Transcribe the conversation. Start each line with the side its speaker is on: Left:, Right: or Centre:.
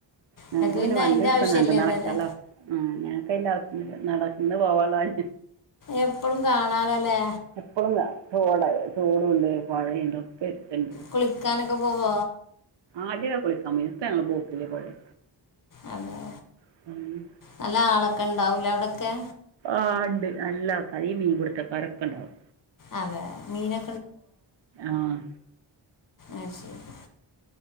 Right: ഞങ്ങക്ക്
Left: നിനക്ക്
Right: പിന്നെ വണ്ടി
Left: അതിൻ്റെ
Right: വിളിക്കൊന്നാണ്ട
Left: ആവശ്യമില്ലല്ലോ
Right: നടക്കള്ള
Left: അല്ലേ
Right: ആ ഞങ്ങക്കയ്ന്റെ ആവ്സ്യൊന്നുല്ല നട ന്ന് പോവാള്ളൊൽ.
Left: എപ്പളും കാണാലൊ ലേ.
Right: എപ്പളും കാണ തോടയ തോടുണ്ട് പൊഴിണ്ട് ഒക്കെര്ത്ത്ണ്ട്.
Left: കുളിക്കാനൊക്കെ പോവോ.
Right: ആദ്യൊക്കെ കുളിക്കാ പോയിനി പ്പ ഞ്ഞങ്ങള് പോക്കില്ല പൊഴെല്.
Left: അതെ.
Right: <inaudible>
Left: നല്ലാളക്കണ്ടാവു ലെ അവ്ടൊക്കെ.
Right: ആഹ് ണ്ട് നല്ല ആൾക്കാര് ഈ മീൻ പുട്ത്തക്കാരൊക്ക ണ്ടാവും.
Left: അതെ മീനൊ
Right: ആഹ്.
Left: ആ ശരി